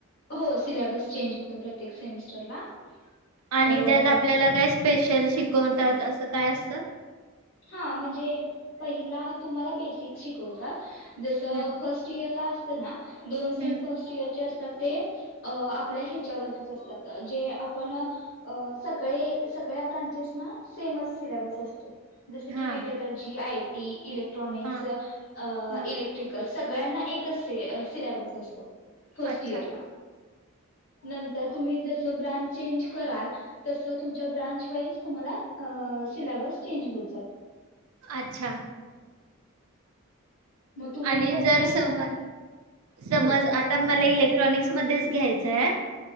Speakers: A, on the left; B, on the right.
A: हो सिल्याबस चेंज होतो प्रत्येक सेमिस्टरला.
B: आणि
A: अ
B: त्यात आपल्याला काय स्पेशल शिक कोणतात असं काय असतं?
A: हा म्हणजे पहिला तुम्हाला बेसिक शिकवतात जसं
B: हम्म
A: फर्स्ट इयर ला असत ना दोन सेम
B: हम्म
A: फर्स्ट इयरचे असतात. ते आपल्या ह्याच्यावरतीच असतात जे आपण सगळे सगळ्या ब्रांचेस ना सेमच सिलेबस असतो. जस
B: हा
A: की मेट्यालर्जी आय टी ईलेक ट्रोनिक्स
B: हा हा
A: इलेक्ट्रिकल सगळ्यांना एकच सिल्याबस असतो. फर्स्ट
B: अच्छा
A: इयर ला नंत तर तुम्ही जस ब्रांच चेंज कराल तसं तुमच्या ब्रांच वाईज तुम्हाला अ सिल्याबस चेंज होत जा
B: अच्छा
A: मग तुम्ही
B: आणि
A: कोणत्या
B: जर
A: ह्याच्यामध्ये
B: सम समज
A: बोला
B: आता मला इलेक्ट्रॉनिकस मध्येच घ्यायचय